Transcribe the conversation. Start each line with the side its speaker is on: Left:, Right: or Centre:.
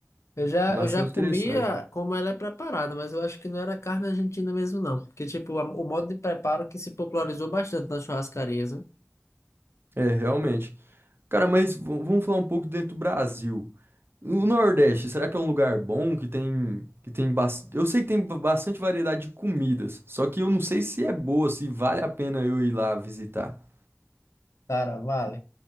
Left: Eu já,
Right: É Bastante
Left: eu já comia
Right: interessante.
Left: como ela é preparada, mas eu acho que não era carne argentina mesmo, não. Porque, tipo, a- o modo de preparo que se popularizou bastante nas churrascarias, né?
Right: É, realmente. Cara, mas v- vamos falar um pouco dentro do Brasil. O Nordeste, será que é um lugar bom que tem que tem bas- Eu sei que tem ba- bastante variedade de comidas, só que eu não sei se é boa, se vale a pena eu ir lá visitar.
Left: Cara, vale.